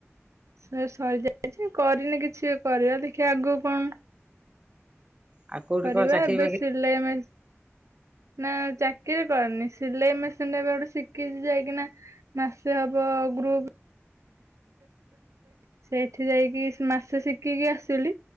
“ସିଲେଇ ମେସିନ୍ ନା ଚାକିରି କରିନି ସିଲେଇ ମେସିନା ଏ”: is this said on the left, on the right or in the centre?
Right